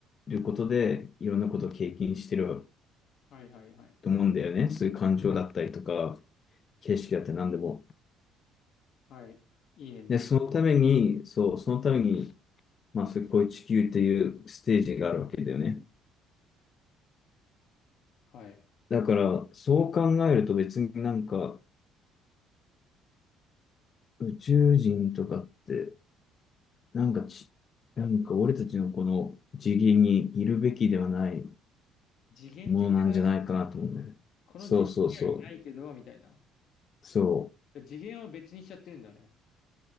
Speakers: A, on the left; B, on the left.
A: ることで、いろんなことを経験してる
B: はいはいはい。
A: と思うんだよね。そういう感情だったりとか、景色だったり何でも。
B: はい。いいね。ぶ、
A: で、そのために、そう、そのために、まあ、そういうこういう地球っていうステージがあるわけだよね。
B: はい。
A: だから、そう考えると別になんか、宇宙人とかって、なんかち、なんか俺たちのこの次元にいるべきではない
B: 次元的な話。
A: ものなんじゃないかなと思うんだよね。
B: この次元にはいないけど、
A: そうそうそう。
B: みたいな。
A: そう。
B: 次元を別にしちゃってるんだね。